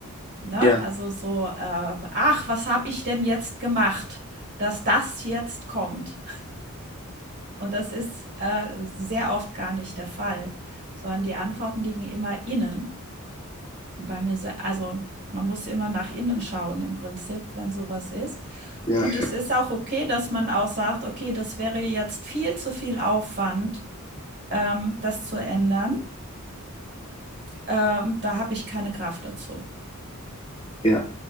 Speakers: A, on the right; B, on the left.
A: Ne?
B: ja,
A: Also so, äh, ach, was habe ich denn jetzt gemacht, dass das jetzt kommt? Und das ist äh, sehr oft gar nicht der Fall, sondern die Antworten liegen immer innen. Bei mir, se- also man muss immer nach innen schauen im Prinzip, wenn sowas ist.
B: ja,
A: Und es ist auch okay, dass man auch sagt, okay, das wäre jetzt viel zu viel Aufwand, ähm, das zu ändern. Ähm, da habe ich keine Kraft dazu.
B: ja.